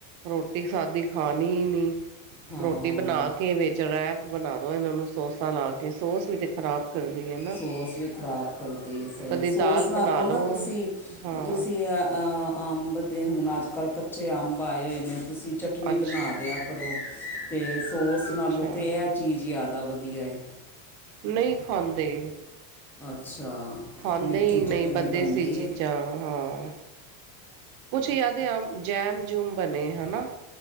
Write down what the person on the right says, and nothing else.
ਰੋਟੀ ਸਾਦੀ ਖਾਦੀ ਹੀ ਨੀ
ਰੋਟੀ ਬਣਾ ਕੇ ਵਿੱਚ ਰਹਿਪ ਬਣਾ ਦੋ ਇਹਨਾਂ ਨੂੰ ਸੋਸਾ ਲਾ ਕੇ, ਸੋਸ ਵੀ ਤੇ ਖ਼ਰਾਬ ਕਰਦੀ ਐ ਨਾ
ਕਦੇ
ਦਾਲ
ਬਣਾ ਲਓ
ਹਾਂ
ਅੱਛਾ
ਅੱਛਾ
ਨਹੀਂ ਖਾਂਦੇ
ਖਾਂਦੇ
ਹੀ
ਨਹੀਂ, ਪਰ ਦੇਸੀ
ਚੀਜ਼ਾਂ
ਹਾਂ ਕੁਛ ਯਾ ਤੇ ਆਮ ਜੈਮ ਜੂਮ ਬਣੇ ਹੈਨਾ